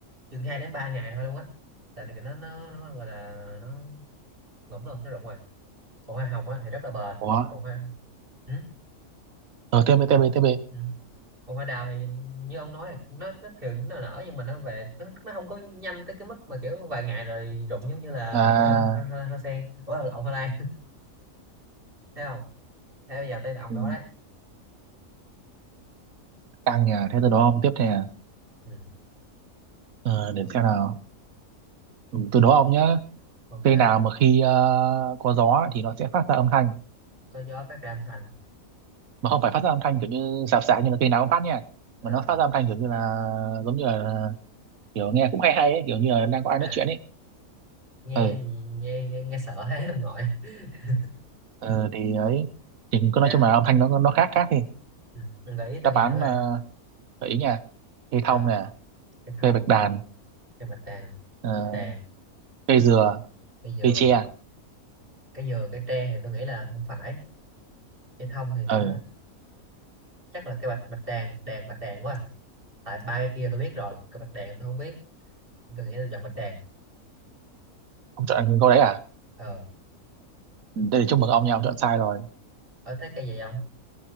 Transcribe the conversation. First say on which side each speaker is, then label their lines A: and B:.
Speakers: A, on the right (about 35°); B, on the right (about 70°).
A: chừng 2 đến 3 ngày thôi luôn á là cái nó nó nó gọi là nó ngủm luôn nó rụng rồi còn hoa hồng á thì rất là bền
B: ủa
A: còn hoa ừ?
B: ờ tiếp đi tiếp đi tiếp đi
A: Ừ. còn hoa đào thì như ông nói thì nó nó thường nó nở nhưng mà nó về nó nó không có nhanh tới cái mức mà kiểu vài ngày rồi rụng giống như là
B: à
A: hoa hoa, hoa, hoa sen ủa lộn hoa lan <laughs> thấy không thế bây giờ tới ông
B: ừ,
A: đó đấy
B: tăng nhà thế tôi đố ông tiếp nè
A: ừ.
B: ờ, để xem nào ừ, tôi đố ông nhá
A: ok
B: cây nào mà khi ờ, có gió thì nó sẽ phát ra âm thanh
A: có gió phát ra âm thanh
B: mà không phải phát ra âm thanh kiểu như sạp sạp như là cây nào cũng phát nha
A: Ờ.
B: mà nó phát ra âm thanh kiểu như là giống như là kiểu nghe cũng hay hay ấy, kiểu như là đang có ai
A: à
B: nói chuyện ấy
A: nghe
B: ừ,
A: gì nghe nghe, nghe sợ <laughs> hết ông nội <laughs>
B: ờ, thì ấy thì cứ nói
A: thế
B: chung
A: không?
B: là âm thanh nó nó khác khác đi
A: ừ. mình gợi ý tôi
B: đáp
A: nghe
B: án
A: thử coi
B: uh, gợi ý nha cây
A: à,
B: thông nè
A: cái thông
B: cây bạch đàn
A: cái bạch đàn
B: ờ,
A: bạch đàn
B: cây dừa
A: cái dừa
B: cây tre
A: cái dừa cái tre thì tôi nghĩ là không phải cái thông thì nó
B: ừ
A: chắc là cái bạch bạch đàn đàn bạch đàn quá à. tại ba cái kia tôi biết rồi cái bạch đàn tôi không biết tôi nghĩ tôi chọn bạch đàn
B: ông chọn câu đấy à
A: ờ
B: Ừ, đây là chúc mừng ông nha ông chọn sai rồi
A: ở thấy cây gì không